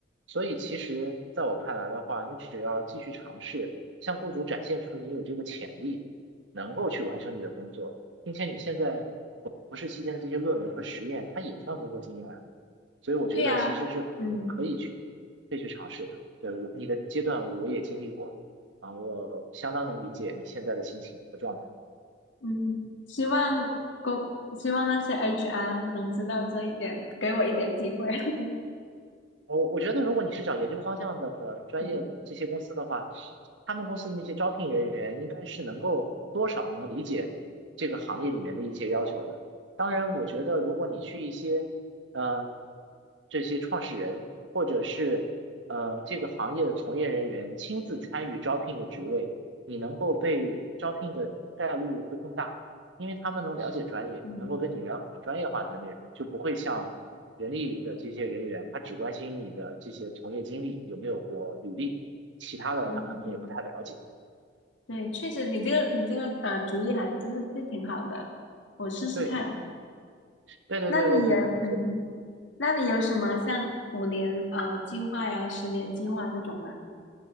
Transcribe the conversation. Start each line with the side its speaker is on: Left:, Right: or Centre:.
Right: 所以，其实在我看来的话，你只要继续尝试，向雇主展现出你有这个潜力，能够去完成你的工作，并且你现在博士期间的这些论文和实验，它也算工作经验啊。所以，我觉得其实是可可以去可以去尝试的。
Left: 对呀，嗯。
Right: 对，我，你的阶段我也经历过啊，我相当能理解你现在的心情和状态。
Left: 嗯，希望公，希望那些 HR 能知道这一点，给我一点机会。<laughs>
Right: 我我觉得，如果你是找研究方向的专业这些公司的话，
Left: 嗯
Right: 他们公司的那些招聘人员应该是能够多少能理解这个行业里面的一些要求的。当然，我觉得如果你去一些呃这些创始人或者是呃这个行业的从业人员亲自参与招聘的职位，你能够被招聘的概率会更大，因为他们能了解专业，
Left: 嗯
Right: 能够跟你聊很多专业化的内容，就不会像。人力的这些人员，他只关心你的这些从业经历有没有过履历，其他的他可能也不太了解。
Left: 嗯，嗯，对，确实，你这个你这个呃主意还真的是挺好的，我试试看。
Right: 对，对对对对对，
Left: 那你有嗯哼，
Right: 没错。
Left: 那你有什么像五年呃计划呀、十年计划这种吗？